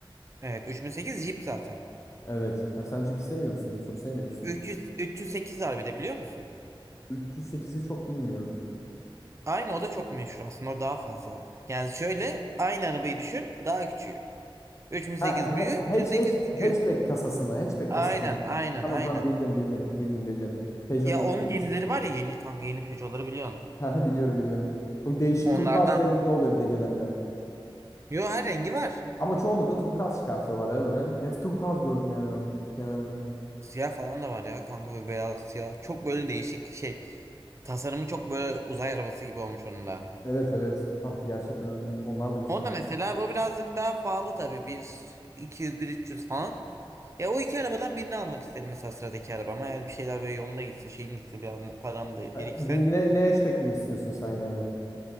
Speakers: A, on the right; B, on the left.
A: evet 3008 Jeep zaten.
B: Evet. Ha, sen Jeep istemiyor musun? Jeep çok sevmiyor musun?
A: 300, 308 var bir de biliyor musun?
B: Üç yüz sekizi çok bilmiyorum.
A: Aynı o da çok meşhur aslında. O daha fazla. Yani şöyle aynı arabayı düşün. Daha küçüğü. 3008
B: Ha he,
A: büyüğü üç
B: hatch,
A: yüz sekiz
B: hatch,
A: küçüğü.
B: hatchback kasası mı? Hatchback
A: Aynen
B: kasası mı?
A: aynen
B: Tamam
A: aynen.
B: tamam bildim bildim. Bildim bildim. Peugeot'un
A: Ya
B: hatchback
A: onun yenileri
B: kasası.
A: var ya yeni kanka yeni Peugeot'ları biliyorsun.
B: Ha ha biliyorum biliyorum. O değişik
A: Onlardan.
B: turkuaz renginde oluyor bir de genelde.
A: Yo her rengi var.
B: Ama çoğunlukla turkuaz çıkartıyorlar ya böyle. Hep turkuaz gördüm yani ben genelde.
A: Siyah falan da var ya kanka ve beyaz siyah. Çok böyle değişik şey. Tasarımı çok böyle uzay arabası gibi olmuş onun da.
B: Evet evet kanka gerçekten öyle. Onlar da güzel.
A: O da mesela bu birazcık daha pahalı tabii. Bir 200 bir 300 falan. Ya o iki arabadan birini almak isterim mesela sıradaki arabama. Eğer bir şeyler böyle yolunda gitse şeyin gitse biraz param da
B: Ha,
A: birikse.
B: y- Yine yine hatchback mi istiyorsun sen yani?